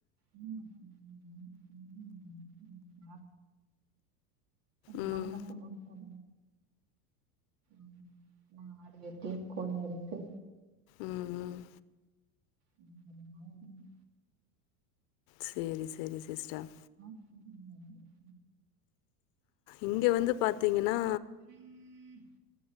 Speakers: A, on the right; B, on the left.
A: உம் <unintelligible> மாவெளக்கு
B: ம்
A: முடிச்ச ம் ஆடு வெட்டி கோழி அருத்து
B: ம் ம்
A: இன்னு கொஞ்சோ நாளாகனு
B: சேரி சேரி சிஸ்டர்
A: அங்க எனா <unintelligible>
B: இங்க வந்து பாத்தீங்கன்னா
A: ம்.